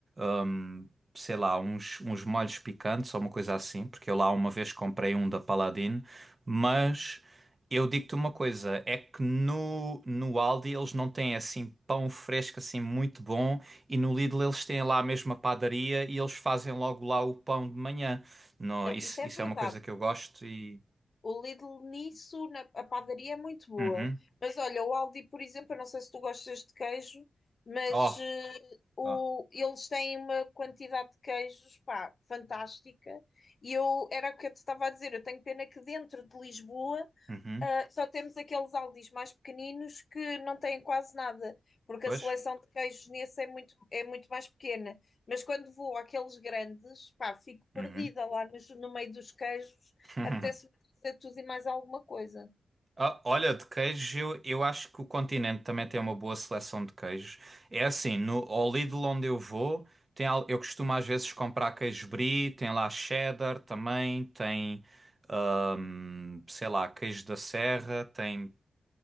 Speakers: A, on the right; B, on the left.
A: hum, sei lá, uns, uns molhos picantes ou uma coisa assim, porque eu lá uma vez comprei um da Paladine Mas eu digo-te uma coisa: é que no, no Aldi eles não têm assim pão fresco, assim muito bom, e no Lidl eles têm lá a mesma padaria e eles fazem logo lá o pão de manhã. No,
B: Não,
A: isso,
B: isso é
A: isso
B: verdade.
A: é uma coisa que eu gosto e.
B: O Lidl nisso, na, a padaria é muito boa.
A: Uhum.
B: Mas olha, o Aldi, por exemplo, eu não sei se tu gostas de queijo, mas
A: Oh!
B: eh, o,
A: Oh.
B: eles têm uma quantidade de queijos, pá, fantástica. E eu, era o que eu te estava a dizer, eu tenho pena que dentro de Lisboa
A: Uhum.
B: Uh, só temos aqueles Aldis mais pequeninos que não têm quase nada, porque
A: Pois.
B: a seleção de queijos nesse é muito, é muito mais pequena. Mas quando vou àqueles grandes, pá, fico perdida
A: Uhum.
B: lá nos- no, meio dos queijos,
A: <laughs>
B: apetece-me fazer tudo e mais alguma coisa.
A: Ah, olha, de queijos eu, eu acho que o Continente também tem uma boa seleção de queijos. É assim, no, ao Lidl onde eu vou, tem, al- eu costumo às vezes comprar queijo brie, tem lá cheddar também, tem, ahm, sei lá, queijo da serra, tem,